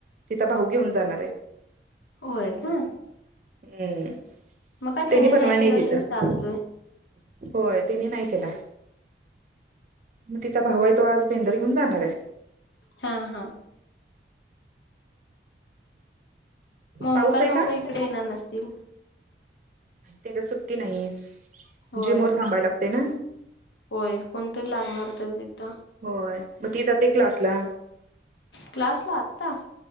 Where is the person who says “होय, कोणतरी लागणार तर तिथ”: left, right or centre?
Left